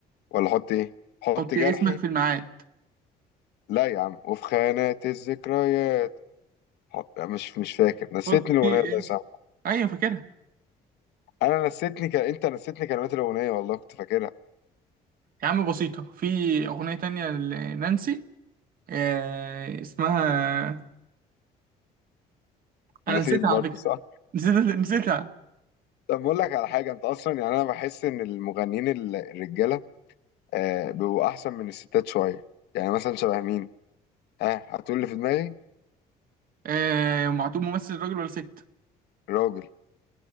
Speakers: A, on the left (about 80°); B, on the right (about 60°).
A: ولا حط ايه حط
B: حطي
A: جرحي
B: اسمك في الميعاد
A: لا يا عم وفي خانات الذكريات حط... لا، مش مش فاكر نسيتني
B: حطي
A: الاغنيه الله
B: اسم
A: يسامحك
B: ايوه فاكرها
A: انا نسيتني ك... انت نسيتني كلمات الاغنيه والله كنت فاكرها
B: يا عم بسيطة في اغنية تانية لنانسي آه اسمها انا
A: نسيت
B: نسيتها
A: برضه
B: على فكرة
A: صح
B: <laughs> نسيتها نسيتها
A: طب بقول لك على حاجه انت اصلا يعني انا بحس ان المغنيين ال- الرجاله آه بيبقوا احسن من الستات شويه يعني مثلا شبه مين ها هتقول اللي في دماغي
B: آه معتوب ممثل راجل ولا ست
A: راجل